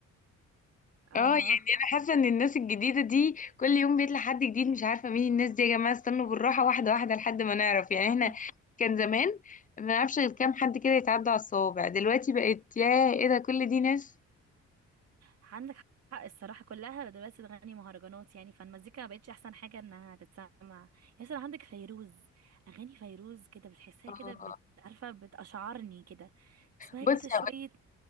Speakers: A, on the right; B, on the left.
A: اه
B: اه يعني انا حاسه ان الناس الجديده دي كل يوم بيطلع حد جديد مش عارفه مين الناس دي يا جماعه استنوا بالراحه واحده واحده لحد ما نعرف يعني احنا
A: <laughs>
B: كان زمان ما نعرفش غير كام حد كده يتعدى على الصوابع دلوقتي بقت يا ايه ده كل دي ناس
A: عندك حق الصراحة كلها دلوقتي تغني مهرجانات يعني فالمزيكا ما بقتش أحسن حاجة إنها تتسمع يا سلام عندك فيروز أغاني فيروز كده بتحسها
B: اه
A: كده بت- عارفة بتأشعرني كده تسمعي
B: بصي
A: كده شوية